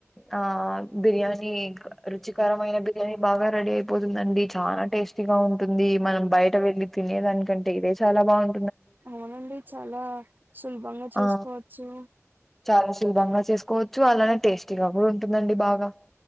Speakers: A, in the centre; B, on the right.
A: ఆ బిర్యానీ రుచికరమయిన బిర్యానీ బాగా రెడీ అయిపోతుందండి చాలా టేస్ట్ టేస్టీగా ఉంటుంది మనం బయట వెళ్ళి తినేదానికంటే ఇదే చాలా బాగుం
B: అవునండి చాలా సులభంగా చేసుకోవచ్చు
A: ఆ చాలా శుభంగా చేసుకోవచ్చు అలానే టేస్టీగా కూడా ఉంటుందండి బాగా